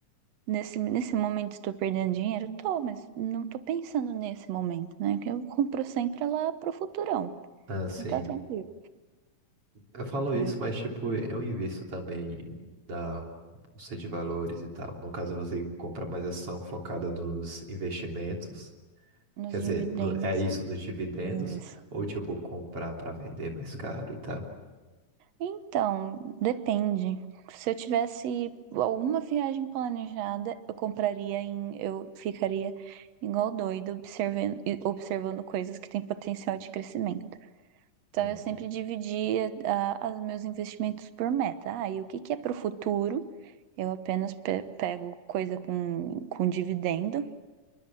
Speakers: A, on the right; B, on the right.
A: nesse, nesse momento estou perdendo dinheiro? Tô, mas não estou pensando nesse momento, né? Que eu compro sempre lá pro futurão.
B: Ah, sim.
A: Então tá tranquilo.
B: Eu falo
A: Tá?
B: isso,
A: Eu
B: mas tipo, eu invisto também na bolsa de valores e tal. No caso, você compra mais ação focada nos investimentos.
A: nos
B: Quer
A: dividendos.
B: dizer, no- é isso nos dividendos,
A: isso
B: ou tipo, comprar para vender mais caro e tal.
A: Então, depende. Se eu tivesse alguma viagem planejada, eu compraria em, eu ficaria igual doido observando, observando coisas que têm potencial de crescimento. Então,
B: Uhum.
A: eu sempre dividia ah, os meus investimentos por meta. Ah, e o que que é para o futuro? Eu apenas pe- pego coisa com, com dividendo.